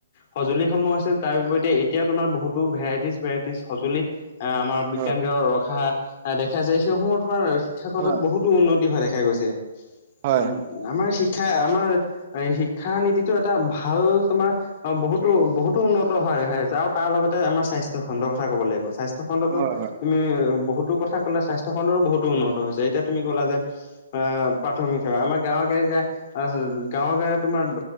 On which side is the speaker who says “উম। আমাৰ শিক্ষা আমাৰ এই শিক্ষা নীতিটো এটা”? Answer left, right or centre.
Left